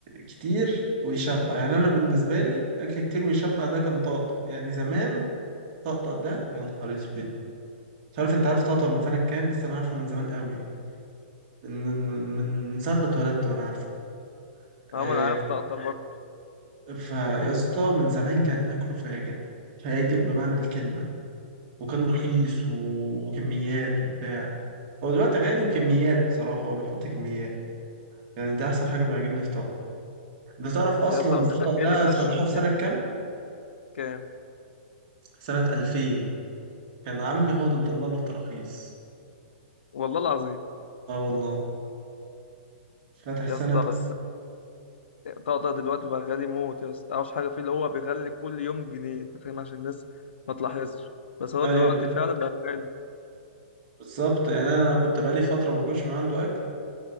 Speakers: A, on the right; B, on the left.
A: كتير ويشبع يعني انا بالنسبة لي اكل كتير ويشبع ده كان طقطق يعني زمان طقطق ده يا نهار اسود مش عارف انت عارف طقطق من سنة كام بس انا عارفه من زمان قوي يعني من من من ساعة ما اتولدت وانا عارفه
B: اه
A: آه،
B: ما انا عارف طقطق برضه
A: فيا اسطى من زمان كان اكله فاجر فاجر بمعنى الكلمة وكان رخيص و- وكميات وبتاع هو دلوقتي غالي وكميات بصراحة هو بيحط كميات يعني ده أحسن حاجة بيعجبني في طارق أنت تعرف أصلا
B: يا اسطى بس
A: طارق
B: غالي
A: ده
B: فشخ
A: افتتحوه في سنة
B: غالي
A: كام؟
B: كام
A: سنة 2000 كان عمي هو اللي مطلع له التراخيص
B: والله العظيم
A: اه والله فاتح
B: يا
A: سنة
B: اسطى بس طقطق دلوقتي بقى غالي موت يا اسطى اوحش حاجه فيه اللي هو بيغلي كل يوم جنيه انت فاهم عشان الناس ما تلاحظش بس هو
A: أيوة
B: دلوقتي فعلا بقى غالي
A: بالظبط يعني أنا كنت بقالي فترة ما بجيبش من عنده أكل